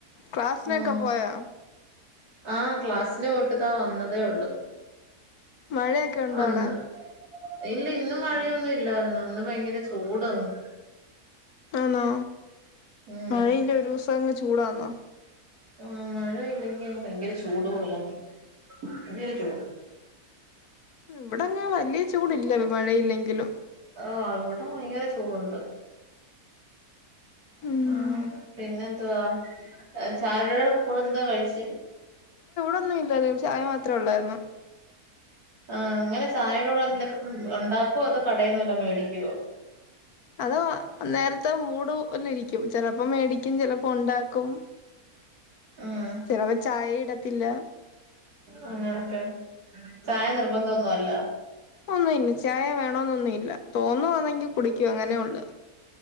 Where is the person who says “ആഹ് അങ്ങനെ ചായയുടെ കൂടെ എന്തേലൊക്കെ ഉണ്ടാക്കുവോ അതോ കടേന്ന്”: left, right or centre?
Right